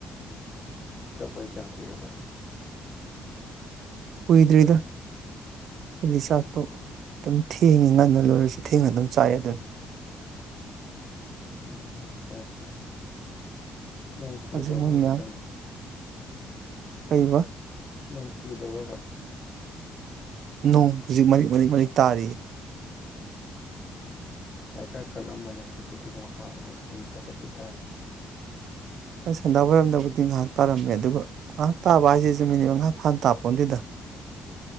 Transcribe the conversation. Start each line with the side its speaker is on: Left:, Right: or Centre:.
Left: ꯇꯄꯗꯤ ꯀꯌꯥꯝ ꯀꯨꯏꯔꯕ
Right: ꯀꯨꯏꯗ꯭ꯔꯤꯗ ꯑꯩꯈꯏꯗꯤ ꯆꯥꯛꯇꯣ ꯑꯗꯨꯝ ꯊꯦꯡꯉꯤ ꯉꯟꯅ ꯂꯣꯏꯔꯁꯨ ꯊꯦꯡꯅ ꯑꯗꯨꯝ ꯆꯥꯏ ꯑꯗꯨꯅꯤ
Left: ꯎꯝ ꯐꯔ ꯐꯔꯦ ꯅꯣꯡ ꯆꯨ꯭ꯔꯔꯕ
Right: ꯍꯧꯖꯤꯛ ꯃꯣꯏ
Left: ꯍꯧꯗꯤ
Right: ꯃꯌꯥꯝ
Left: ꯀꯥꯟꯅꯅꯤ
Right: ꯀꯩꯕ
Left: ꯅꯣꯡ ꯆꯨꯗꯧꯔꯕ
Right: ꯅꯣꯡ ꯍꯧꯖꯤꯛ ꯃꯔꯤꯛ ꯃꯔꯤꯛ ꯃꯔꯤꯛ ꯇꯥꯔꯤ
Left: ꯉꯁꯥꯏ ꯈꯔ ꯀꯜꯂꯝꯕꯅꯦ ꯍꯧꯖꯤꯛꯄꯨꯗꯤ ꯑꯃꯨꯛ ꯍꯥꯡꯈ꯭ꯔꯦ ꯑꯗꯨꯝ ꯇꯠ ꯇꯠ ꯇꯤꯠ ꯇꯥꯔꯦ
Right: ꯁꯟꯗꯥ ꯑꯣꯏꯔꯝꯗꯕꯨꯗꯤ ꯉꯥꯏꯍꯥꯛ ꯇꯥꯔꯝꯃꯦ ꯑꯗꯨꯒ ꯉꯥꯏꯍꯥꯛ ꯇꯥꯕ ꯍꯥꯏꯁꯤꯁꯨ ꯃꯤꯅꯤꯠ ꯃꯉꯥ ꯐꯥꯜ ꯇꯥꯞꯄꯣꯟꯗꯨꯗ